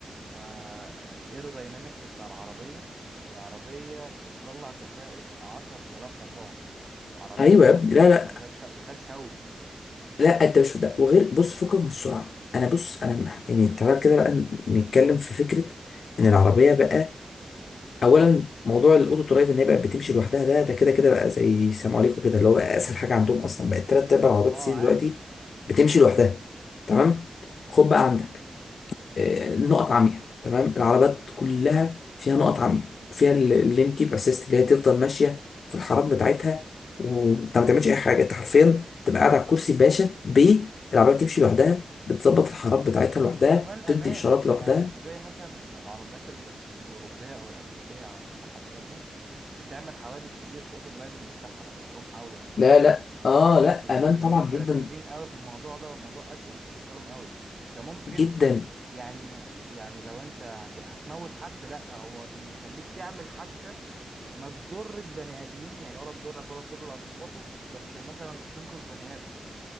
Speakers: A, on the right (about 40°); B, on the left (about 85°).
A: فالايروداينامكس بتاع العربية العربية بتطلع كفاءة عشرة آلاف حصان عربية
B: ايوه
A: شاومي
B: يا ابني
A: يا
B: لا
A: اسطى
B: لا
A: عربية شاومي تخيل شاومي
B: لا انت مش ده وغير بص فكك من السرعه انا بص انا مح- يعني تعالى كده بقى نتكلم في فكره ان العربيه بقى اولا موضوع الاوتو درايف ان هي بقى بتمشي لوحدها ده ده كده كده بقى زي سلام عليكم كده اللي هو بقى اسهل حاجه عندهم اصلا بقت تلات ارباع عربيات
A: اه
B: الصين
A: عادي
B: دلوقتي بتمشي لوحدها تمام خد بقى عندك آه، نقط عمياء تمام العربيات كلها فيها نقط عمياء وفيها ال- اللين كيب اسيست اللي هي تفضل ماشيه في الحارات بتاعتها وانت ما تعملش اي حاجه انت حرفيا تبقى قاعد على الكرسي باشا ب العربيه بتمشي لوحدها بتظبط الحارات بتاعتها لوحدها
A: وكمان امان
B: بتدي اشارات لوحدها
A: يعني مش زي مثلا العربيات اللي بت... الاوروبيه او الامريكيه على الناحيه التانية بتعمل حوادث كتير في الاوتو درايفنج بتاعها لما جم حاولوا يعملوها
B: لا لا اه لا
A: الصينيين
B: امان طبعا جدا
A: مركزين قوي في الموضوع ده والموضوع اكيرو بالنسبه لهم قوي ده ممكن
B: جدا
A: يعني يعني لو انت هت... هتموت حد لا هو يخليك تعمل حادثه ما تضرش بني ادمين يعني ولا تضرك ولا تضر اللي هتخبطه بس عشان مثلا تنقذ بني ادم